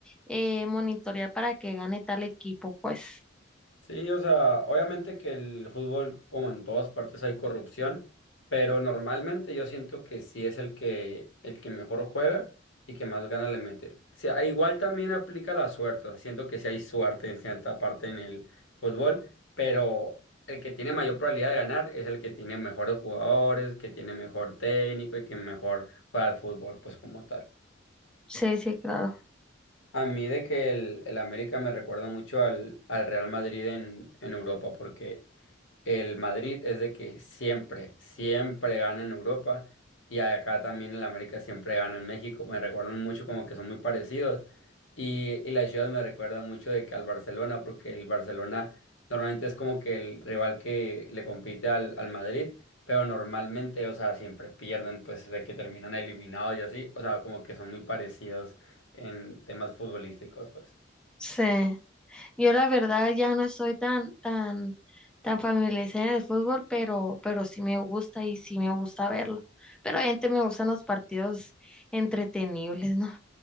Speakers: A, in the centre; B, on the left.
A: eh, monitorear para que gane tal equipo, pues.
B: Sí, o sea, obviamente que el fútbol, como en todas partes, hay corrupción, pero normalmente yo siento que sí es el que, el que mejor juega y que más ganas le mete. O sea, igual también aplica la suerte, o sea, siento que sí hay suerte en cierta parte en el fútbol, pero el que tiene mayor probabilidad de ganar es el que tiene mejores jugadores, que tiene mejor técnico y que mejor juega al fútbol, pues como tal.
A: Sí, sí, claro.
B: A mí de que el, el América me recuerda mucho al, al Real Madrid en, en Europa, porque el Madrid es de que siempre, siempre gana en Europa y acá también el América siempre gana en México. Me recuerdan mucho como que son muy parecidos y, y la Ciudad me recuerda mucho de que al Barcelona porque el Barcelona normalmente es como que el rival que le compite al, al Madrid, pero normalmente, o sea, siempre pierden pues de que terminan eliminados y así, o sea, como que son muy parecidos en temas futbolísticos, pues.
A: Sí. Yo la verdad ya no estoy tan, tan, tan familiarizada en el fútbol, pero, pero sí me gusta y sí me gusta verlo. Pero gente me gustan los partidos entretenibles, ¿no?